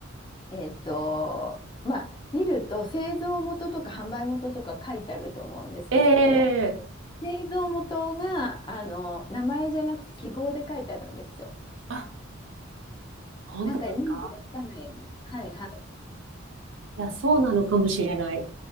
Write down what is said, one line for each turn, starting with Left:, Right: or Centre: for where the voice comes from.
Left: えっと、まあ、見ると製造元とか販売元とか書いてあると思うんですけれども、
Right: ええ
Left: 製造元が、あの、名前じゃなくて記号で書いてあるんですよ。
Right: あ、本当ですか
Left: なんかイメージがつかないように。はいはい。
Right: いや、そうなのかもしれない。